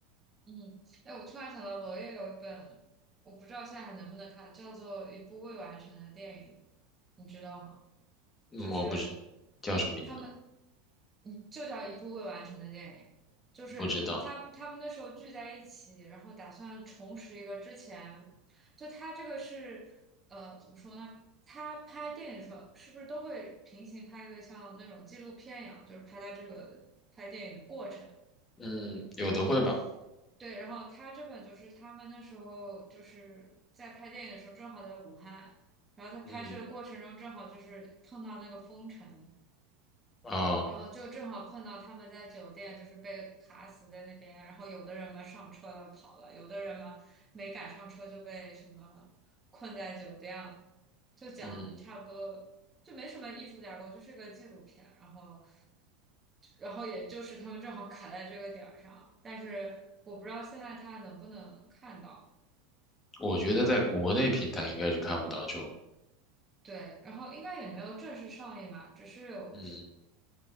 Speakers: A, on the right; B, on the left.
A: 嗯，哎，我突然想到娄烨有一本，我不知道现在还能不能看，叫做《一部未完成的电影》，你知道吗？
B: 嗯，
A: 就是
B: 我不知叫什么名字呢？
A: 他们，你就叫一部未完成的电影，就是他他们那时候聚在一起，
B: 不知道。
A: 然后打算重拾一个之前，就他这个是呃怎么说呢？他拍电影的时候是不是都会平行拍一个像那种纪录片一样，就是拍他这个拍电影的过程？
B: 嗯，有的会吧。
A: 然后，对，然后他这本就是他们那时候就是在拍电影的时候，正好在武汉，然后在拍摄的过程中正好就是碰到那个封城，
B: 嗯啊，
A: 然后就正好碰到他们在酒店，就是被卡死在那边。然后有的人嘛上车了跑了，有的人嘛没赶上车就被什么困在酒店了。就讲的差不多，
B: 嗯，
A: 就没什么艺术架构，就是个纪录片。然后，然后也就是他们正好卡在这个点儿上，但是我不知道现在他能不能看到。
B: 我觉得在国内平台应该是看不到这种。
A: 然后对，然后应该也没有正式上映吧，只是有
B: 嗯，